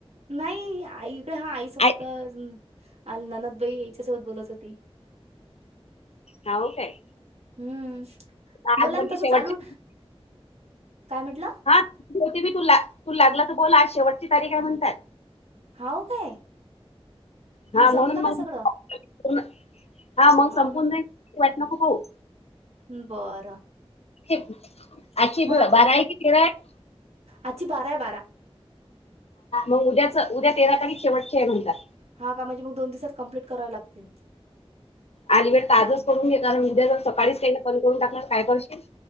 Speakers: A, on the right; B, on the left.
A: नाही आईकडे हा आईसोबत
B: आय
A: अ ननदबाई याच्यासोबत बोलत होती
B: ह हो काय
A: हम्म
B: आज
A: बोला
B: म्हण
A: ना तसं
B: शेवटची
A: चालू काय म्हटलं
B: हा होती मी तुला तू लागलं तर बोला शेवटची तारीख आहेय म्हणतात
A: हाव काय मग
B: हा म्हणून
A: संपलं
B: मग
A: का सगळं
B: हा मग
A: हाव
B: संपून
A: ना
B: वाईट नको होऊ
A: बरं
B: अ्छ बिवा
A: मग आता
B: बारा आहे की किरा आहे
A: आजची बारा आहे बारा
B: मग उद्याच उद्या तेरा तारीख शेवटचे आहे म्हणतात
A: हा का म्हजे मग दोन दिसात कंप्लीट कराव लागतील
B: अली वेळ ताजच करून घेण उद्या जर सकाळीच काहीलं पण करून टाकणार काय करशील